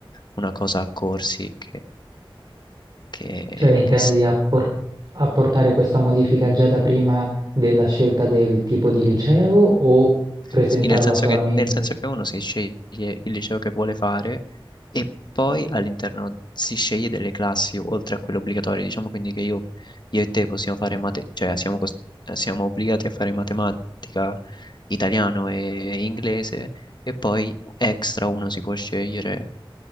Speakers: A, on the left; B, on the right.
A: una cosa a corsi che, che,
B: Cioè, intendi
A: che s-
B: appor- apportare questa modifica già da prima della scelta del tipo di liceo o presentarla
A: Sì, nel senso
B: solamente?
A: che, nel senso che uno si sceglie il liceo che vuole fare e poi all'interno si sceglie delle classi oltre a quelle obbligatorie. Diciamo quindi che io, io e te possiamo fare mate- cioè siamo, cos- siamo obbligati a fare matematica, italiano e inglese e poi extra uno si può scegliere